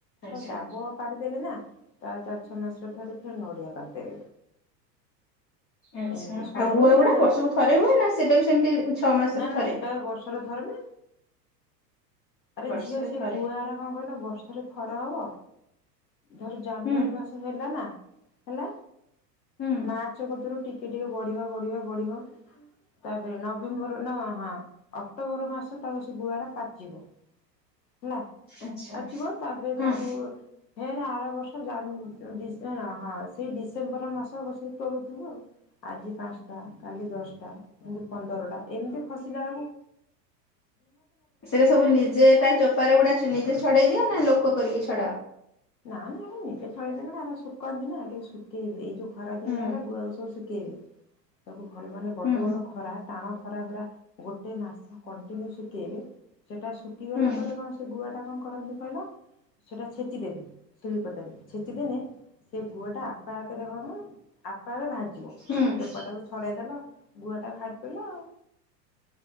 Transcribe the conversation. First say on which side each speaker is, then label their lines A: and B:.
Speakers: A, on the left; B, on the left.
A: ଆଚ୍ଛା
B: ଡାବ ପାରିଦେଲେ ନା ତା ଚାରି ଛଅ ମାସରେ ଥରେ ଫେରେ ନଡ଼ିଆ ପାରିଦେବେ।
A: ଆଚ୍ଛା।
B: ଏମିତି ସବୁବୋଳେ
A: ଆଉ ଗୁଆ ଗୁଡା
B: ବିକାନ୍ତିନି।
A: ବର୍ଷକୁ ଥରେ ହୁଏ ନା ସେଟା ବି ସେମିତି ଛଅ ମାସରେ
B: ନା
A: ଥରେ?
B: ନା ସେଟା ବର୍ଷରେ ଥରେ ନା। ଆରେ
A: ବର୍ଷରେ
B: ଝିଅ ସେ
A: ଥରେ
B: ଗୁଆରା କଁ କହିଲ ବର୍ଷରେ ଥର ହବ ଧର ଜାନୁଆରୀ
A: ହୁଁ
B: ମାସ ହେଲା ନା ହେଲା
A: ହୁଁ
B: ମାର୍ଚ୍ଚ କତିରୁ ଟିକେ ଟିକେ ବଢିବ ବଢିବ ବଢିବ ତାପରେ ନଭେମ୍ବର ନ ହାଁ ଅକ୍ଟୋବର ମାସ ତାକୁ ସେ ଗୁଆରା ପାଚିବ ହେଲା
A: ଆଚ୍ଛା
B: ପାଚିବ ତାପେରେ
A: ହଁ।
B: ତାକୁ ଫେରେ ଆର ବର୍ଷ ଜାନୁ ଉଁ ଡ଼ିସେମ୍ବର ନା ହଁ ସେଇ ଡିସ୍ ସେମ୍ବର ମାସ ବସିକି ତୋଳୁଥୁବୁ ଆଉ ଆଜି ପାନ୍ସଟା କାଲି ଦଶଟା ଏମିତି ପନ୍ଦରଟା। ଏମିତି ଖସିଲା ଆଳୁକୁ।
A: ସେରା ସବୁ ନିଜେ ତା ଚୋପାରା ଗୁଡା ନିଜେ ଛଡେଇ ଦିଅ ନା ଲୋକୋ କରିକି ଛଡାଅ?
B: ନା ନା ଏରା ନିଜେ ଛଡେଇ ଦେବେ ନା ହେରା ସୁକାନ୍ତି ନା କେହି ଶୁଖେଇବେ ଏଇ ଯୋଉ ଖରା ଦିନିଆ
A: ହୁଁ
B: ହେଲା ଗୁଆକୁ ସବୁ ଶୁ କେଇବେ ତାକୁ ଭଲ ମାନେ ବଡ଼
A: ହୁଁ
B: ବଡ଼ ଖରା ଟାଣ ଖରା ପୁରା ଗୋଟେ ମାସ କଣ୍ଟିନିଉ ଶୁକେଇବେ ସେଟା ଶୁଖିଗଲା
A: ହୁଁ
B: ପରେ କଁ ସେ ଗୁଆଟା କଣ କରନ୍ତି କହିଲ ସେଇଟା ଛେଚିଦେବେ ଶିଳିପତାରେ ଛେଚିଦେଲେ ସେ ଗୁଆଟା ଆପେ ଆପେ ଦେଖ ଆପେ ଆପେ ଭାଜି
A: ହୁଁ
B: ଚୋପାଟାକୁ ଛଡେଇଦଲ ଗୁଆ ଟା ଘାଟି ପିଲ ଆଉ